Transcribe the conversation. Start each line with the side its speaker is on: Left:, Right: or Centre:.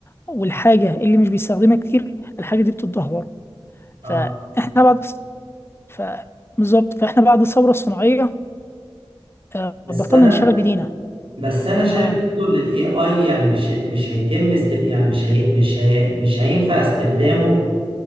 Left: والحاجة اللي مش بيستخدمها كتير الحاجة دي بتتدهور
Right: اه
Left: فإحنا بعد ف بالظبط فإحنا بعد الثورة الصناعية آه،
Right: بس
Left: بطلنا
Right: انا
Left: نشتغل بإيدينا
Right: بس انا شايف
Left: أه
Right: برضه ان الاي اي يعني مش مش هيتم استب... يعني مش هي... مش هي... مش هينفع استخدامه